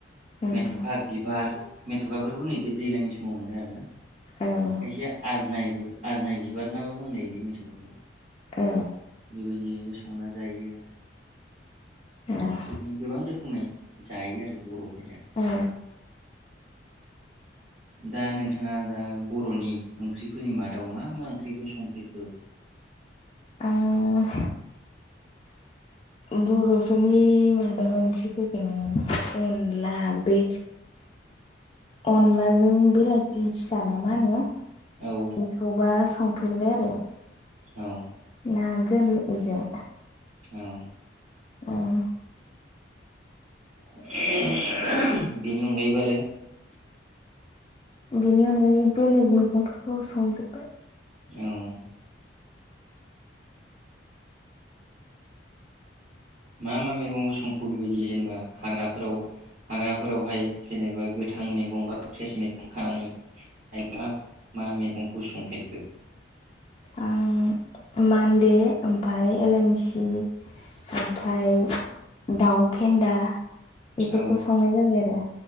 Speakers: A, on the left (about 30°); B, on the right (about 45°).
A: ओं
B: मेथ'खा बिबार मेथखाफोरखौथ' नैबे दैज्लांनि समाव मोनो आरो ना। खायसे
A: ओं
B: आजनाय बो आजनाय बिबार नाबाबो होनलायोलै मेथ'खाखौ।
A: ओ
B: बेबायदियैबो संना जायो।
A: ओं
B: <inaudible> बिदिनो गोबां रोखो खोमै जायो आरो बर'
A: औ।
B: दा नोंथाङा दा बर'नि ओंख्रिफोरनि मादाव मा मा ओंख्रिखौ संफेरखो?
A: आं। बर'फोरनि मादाव ओंख्रिफोरखौ अनला बे अनलाजों बेलाथि फिसा ना मा होनो?
B: औ
A: एखौबा संफेरबाय आरो।
B: <inaudible> औ।
A: ना गोरलैजों
B: औ
A: ओं।
B: <unintelligible> बेनि अनगायैबो आरो?
A: बिनि अनगायै बेलेग मैगंफोरखौ स संजोब्बाय।
B: औ। <inaudible> मा मा मेगंखौ संखो बेबायदि जेनेबा हाग्राफोराव हाग्राफोरावहाय जेनेबा गोथां मेगं बा फ्रेस मेगं खानानै मा मा मेगंखौ संफेरखो?
A: आं मान्दे, ओमफाय एलमसि, ओमफाय दाउ फेन्दा बेफोरखौ
B: औ
A: संनाय जाबाय आरो।